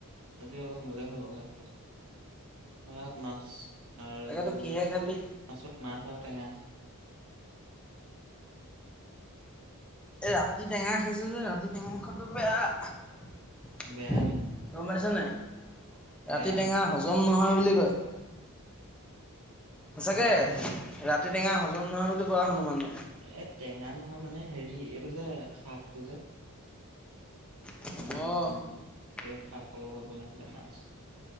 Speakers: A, on the right (about 70°); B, in the centre.
A: আজি অলপ মোলে হল ভাতটো। ভাত মাছ। আৰু
B: তাকেতো কিহে খালি?
A: মাছ মাছ আৰু টেঙা।
B: এ, ৰাতি টেঙা খাইছে যে, ৰাতি টেঙা খোৱাটো বেয়া।
A: বেয়া নি,
B: দৌৰ মাৰিছ নাই? ৰাতি
A: বেয়া
B: টেঙা
A: নি,
B: হজম নহয় বুলি কয়। সচাঁকে,
A: নাজানো আৰু,
B: ৰাতি টেঙা হজম নহয় বুলি কোৱা শুনো মানে।
A: এ, টেঙা নহয় মানে হেৰি, এইটো যে শাকটো যে।
B: অ
A: উম, এই শাকৰ লগত বনাইছিলে মাছ।